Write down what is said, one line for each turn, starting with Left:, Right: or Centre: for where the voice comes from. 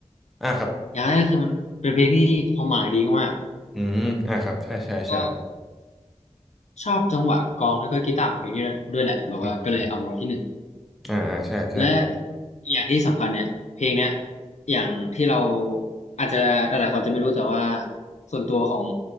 Centre: อ่าครับ
Left: อย่างแรกคือมันเป็นเพลงที่ความหมายดีมาก
Centre: อืมอ่าครับใช่ใช่ใช่
Left: ก็ชอบจังหวะกลองแล้วก็กีตาร์ของเพลงนี้ด้วยแหละแบบว่าก็เลยเอามาไว้ที่หนึ่ง
Centre: อืมอ่าอ่าใช่ใช่
Left: และอย่างที่สำคัญเนี่ยเพลงเนี้ยอย่างที่เราอาจจะหลายๆคนจะไม่รู้แต่ว่าส่วนตัวของ